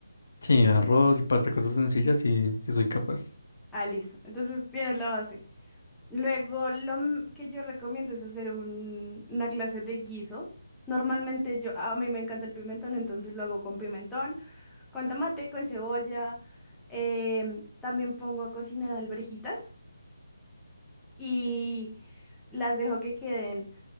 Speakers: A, on the left (about 60°); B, in the centre.
A: Sí, arroz y pasta, cosas sencillas, sí, sí soy capaz.
B: Ah, listo. Entonces tienes la base. Luego, lo m- que yo recomiendo es hacer un- una clase de guiso. Normalmente yo, a mí me encanta el pimentón, entonces lo hago con pimentón, con tomate, con cebolla. em, también pongo a cocinar alverjitas y las dejo que queden.